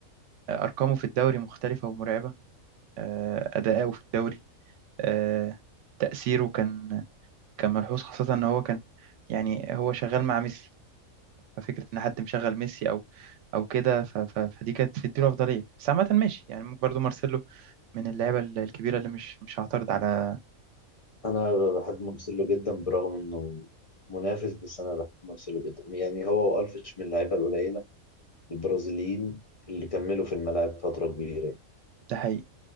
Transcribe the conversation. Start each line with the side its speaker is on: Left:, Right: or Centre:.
Right: آه، أرقامه في الدوري مختلفة ومرعبة آه، أداؤه في الدوري آه، تأثيره كان كان ملحوظ خاصة إن هو كان يعني هو شغال مع ميسي ففكرة إن حد مشغل ميسي أو أو كده ف- ف- فدي كانت بتديله أفضلية بس عامة ماشي يعني ممكن برضه مارسيلو من اللعيبة ال- الكبيرة اللي مش مش هعترض على
Left: انا بحب مارسيلو جدا برغم انه منافس بس انا بحب مارسيلو جدا يعني هو والفيش من اللعيبه القليله البرازيليين اللي كملوا في الملاعب فتره كبيره
Right: ده حقيقي